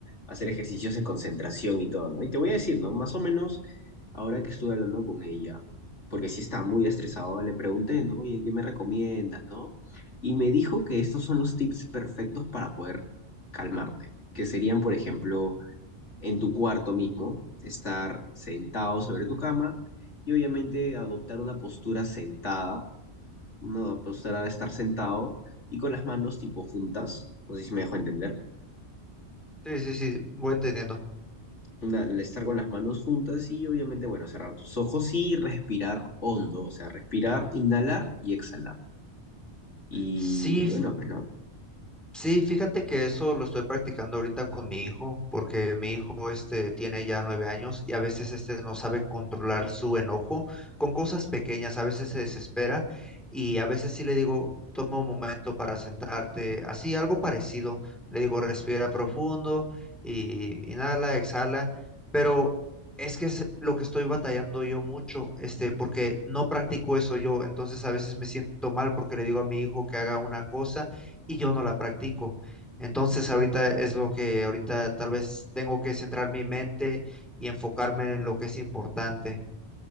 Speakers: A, on the left (about 85°); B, in the centre.
A: Hacer ejercicios de concentración y todo, ¿no? Y te voy a decir, ¿no? Más o menos, ahora que estuve hablando con ella, porque sí estaba muy estresado, le pregunté, ¿no? Oye, ¿qué me recomiendas, no? Y me dijo que estos son los tips perfectos para poder calmarte, que serían, por ejemplo, en tu cuarto mismo, estar sentado sobre tu cama y obviamente adoptar una postura sentada no, pues era estar sentado y con las manos tipo juntas. No sé si me dejo entender.
B: Sí, sí, sí, voy entendiendo.
A: Una- estar con las manos juntas y obviamente, bueno, cerrar tus ojos y respirar hondo. O sea, respirar, inhalar y exhalar. Y
B: Sí,
A: bueno, pues no.
B: Sí, fíjate que eso lo estoy practicando ahorita con mi hijo, porque mi hijo este tiene ya nueve años y a veces este no sabe controlar su enojo con cosas pequeñas, a veces se desespera y a veces sí le digo, toma un momento para sentarte, así algo parecido, le digo, respira profundo y inhala, exhala, pero es que es lo que estoy batallando yo mucho, este, porque no practico eso yo, entonces a veces me siento mal porque le digo a mi hijo que haga una cosa y yo no la practico. Entonces ahorita es lo que ahorita tal vez tengo que centrar mi mente y enfocarme en lo que es importante.